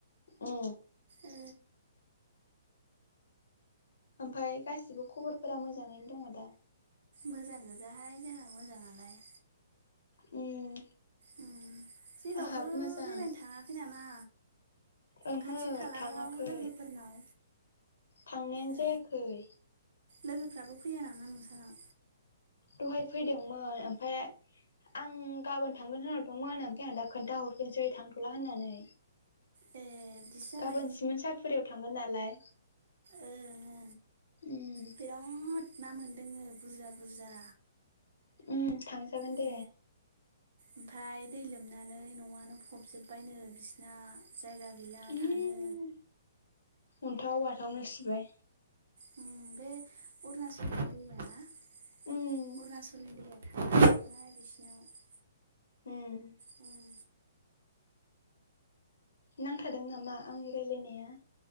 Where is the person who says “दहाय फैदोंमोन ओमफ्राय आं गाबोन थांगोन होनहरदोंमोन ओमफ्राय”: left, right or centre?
Left